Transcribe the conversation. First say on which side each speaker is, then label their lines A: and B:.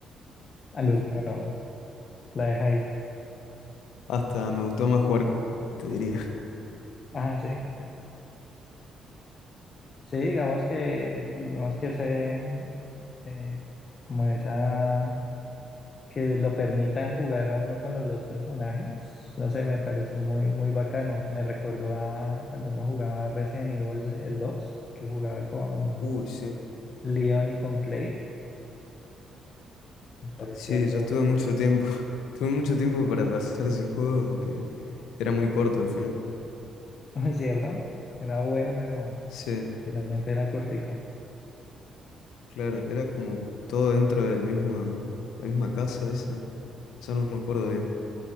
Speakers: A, on the left; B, on the left.
A: al
B: <laughs>
A: último no, la deja ir.
B: Hasta me gustó más jugar con <laughs> te diría.
A: Ah, sí. Sí, digamos que, digamos que ese, eh, como esa, que lo permitan jugar a uno con los dos personajes, no sé, me pareció muy, muy bacano. Me recordó a cuando uno jugaba Resident Evil el dos que jugaba con
B: Uy, sí.
A: Leon y con Claire. Me pareció
B: Sí,
A: algo
B: yo estuve mucho tiempo. <laughs> Tuve mucho tiempo para pasar ese juego, aunque era muy corto al final.
A: <laughs> ¿Es cierto? Era bueno, pero
B: Sí,
A: finalmente era cortico.
B: claro, era como que todo dentro del misma, la misma casa esa. Ya no me acuerdo bien.